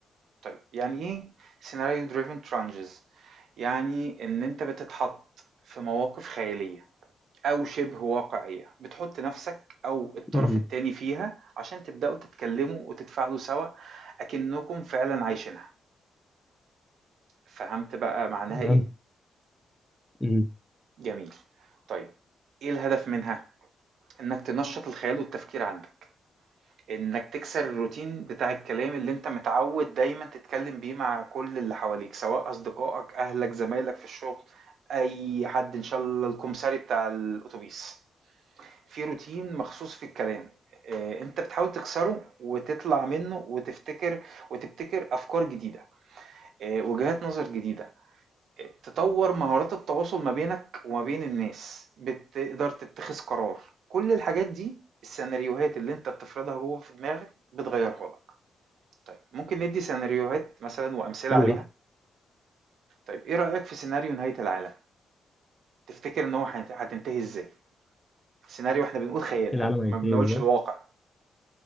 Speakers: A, on the right; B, in the centre.
A: طيب يعني ايه سيناريو دريفن ترانجز يعني ان انت بتتحط في مواقف خيالية أو شبه واقعية بتحط نفسك أو الطرف
B: مهم.
A: التاني فيها عشان تبدأوا تتكلموا وتتفاعلوا سوا أكنكم فعلا عايشينها فهمت بقى معناها
B: تمام
A: إيه؟
B: مهم.
A: جميل طيب إيه الهدف منها؟ إنك تنشط الخيال والتفكير عندك إنك تكسر الروتين بتاع الكلام اللي أنت متعود دايما تتكلم بيه مع كل اللي حواليك سواء أصدقائك أهلك زمايلك في الشغل أي حد إن شاء الله الكمساري بتاع الأتوبيس في روتين مخصوص في الكلام آه، انت بتحاول تكسره وتطلع منه وتفتكر وتبتكر افكار جديده آه، وجهات نظر جديده آه، تطور مهارات التواصل ما بينك وما بين الناس بتقدر تتخذ قرار كل الحاجات دي السيناريوهات اللي انت بتفرضها جوه في دماغك بتغيرها لك طيب ممكن ندي سيناريوهات مثلا وامثله
B: حلو
A: عليها
B: ده
A: طيب ايه رايك في سيناريو نهايه العالم تفتكر ان هو هيت- هتنتهي ازاي سيناريو احنا بنقول خيال
B: إيه
A: ها
B: العالم هينتهي
A: ما بنقولش
B: ازاي
A: الواقع